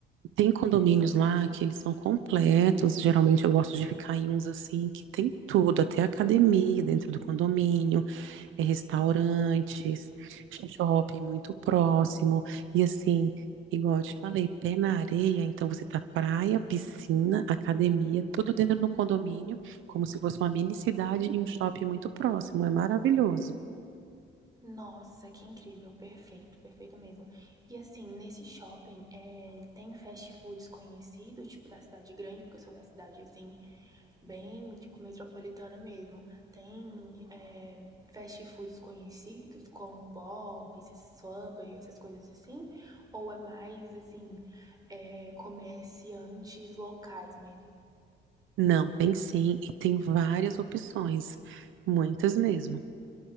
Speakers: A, on the right; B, on the right.
A: tem condomínios lá que eles são completos. Geralmente eu gosto de ficar em uns assim que tem tudo, até academia dentro do condomínio. É, restaurantes, shopping muito próximo. E assim, igual eu te falei, pé na areia, então você tá praia, piscina, academia, tudo dentro do condomínio, como se fosse uma mini cidade e um shopping muito próximo. É maravilhoso.
B: Nossa, que incrível, perfeito, perfeito mesmo. E assim, nesse shopping, eh, tem fast foods conhecidos, tipo da cidade grande, porque eu sou da cidade assim, bem, tipo, metropolitana mesmo. Tem eh, fast foods conhecidos como Bob's, Subway, essas coisas assim? Ou é mais assim, eh, comerciantes locais mesmo?
A: Não, tem sim, e tem várias opções, muitas mesmo.